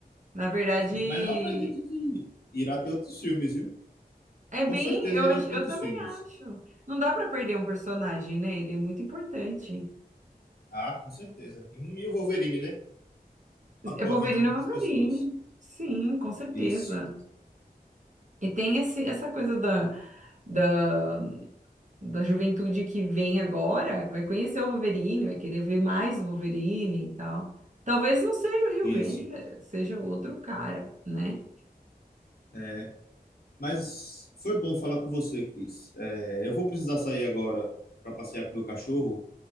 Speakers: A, on the right; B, on the left.
A: na verdade,
B: sim. Mas eu acredito que irá ter outros filmes, viu?
A: é bem,
B: Com certeza
A: eu,
B: irão
A: ach-
B: ter
A: eu
B: outros
A: também
B: filmes.
A: acho. Não dá para perder um personagem, né? Ele é muito importante.
B: Ah, com certeza. E o Wolverine, né? marcou
A: É Wolverine,
B: a vida de muitas
A: é Wolverine.
B: pessoas.
A: Sim, com certeza.
B: Isso,
A: E tem esse, essa coisa da, da, da juventude que vem agora, que vai conhecer o Wolverine, vai querer ver mais o Wolverine e tal. Talvez não seja o Rio
B: isso.
A: Grande, é, seja outro cara, né?
B: É. Mas foi bom falar com você, Cris. É, eu vou precisar sair agora para passear com o meu cachorro,